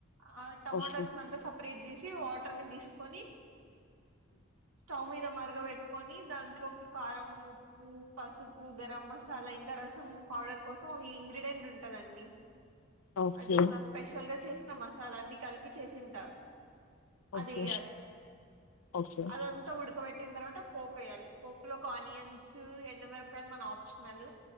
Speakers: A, on the right; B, on the left.
A: ఆహ్ టమాటోస్ని
B: ఓకే
A: అంతా సపరేట్ చేసి వాటర్ని తీసుకొని. స్టౌ మీద. మార్గ పెట్టుకొని దాంట్లోకి కారం ఉప్పు పసుపు గరం మసాలా ఇంకా రసం. పౌడర్ కోసం ఒక ఇంగ్రీడియంంట్ ఉంటందండి
B: ఓకే
A: అది ఒక స్పెషల్ గా చేస్త మసాలాన్ని కలిపి చేసింటారు
B: ఓకే
A: అదేయ్యాలి
B: ఓకే
A: అదంతా ఉడకబెట్ పట్టిన తర్వాత పోపు వేయాలి పోప్లోకి ఆనియన్స్ ఎండి మిరపకాయలు మన ఆప్షనల్